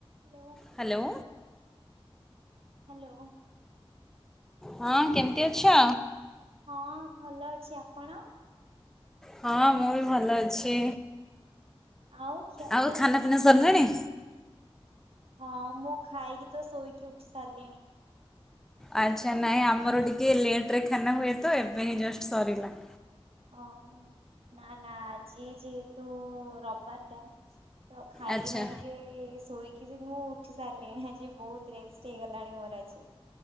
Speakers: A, on the right; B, in the centre.
A: Hello
B: hello
A: hello
B: ହଁ କେମିତି ଅଛ?
A: ହଁ ଭଲ ଅଛି ଆପଣ?
B: ହଁ ମୁଁ ବି ଭଲ ଅଛି।
A: ଆଉ ଖିଆପିଆ?
B: ଆଉ ଖାନା ପିନାା ସରିଲାଣି।
A: ହଁ ମୁଁ ଖାଇକି ତ ଶୋଇକି ଉଠି ସାରିଲିଣି।
B: ଆଚ୍ଛା ନହିଁ ଆମର ଟିକେ ଲେଟରେ ଖାନା ହୁଏ ତ ଏବେ ହିଁ ଜଷ୍ଟ ସରିଲା।
A: ଓହୋ ନା ନା ଆଜି ଯେହେତୁ ରବିବାର ଟମ୍ ତ ଖାଇକିନା
B: ଆଚ୍ଛା।
A: ଟିକେ ଶୋଇକି କିନ୍ତୁ ମୁଁ ଉଠି ସାରିଲିଣି ଆଜି ବହୁତ ରେଷ୍ଟ ହେଇଗଲାଣି ମୋର ଆଜି।